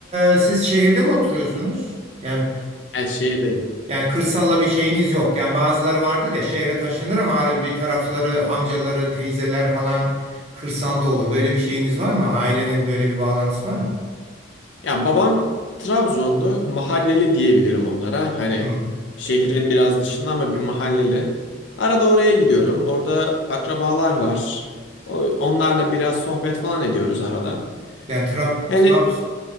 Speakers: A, on the right (about 35°); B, on the left (about 65°).
A: e, siz şehirde mi oturuyorsunuz? Yani
B: Ben şehirdeyim.
A: yani kırsalla bir şeyiniz yok. Yani bazıları vardır ya şehre taşınır ama hani bir tarafları amcaları, teyzeler falan kırsalda olur. Böyle bir şeyiniz var mı? Ailenin böyle bir bağlantısı var mı?
B: Ya babam Trabzonlu, mahalleli diyebilirim onlara. Hani
A: Hı.
B: şehrin biraz dışında ama bir mahalleli. Arada oraya gidiyorum. Orada akrabalar var. O- Onlarla biraz sohbet falan ediyoruz arada.
A: Yani Trab
B: Yani
A: Trabz-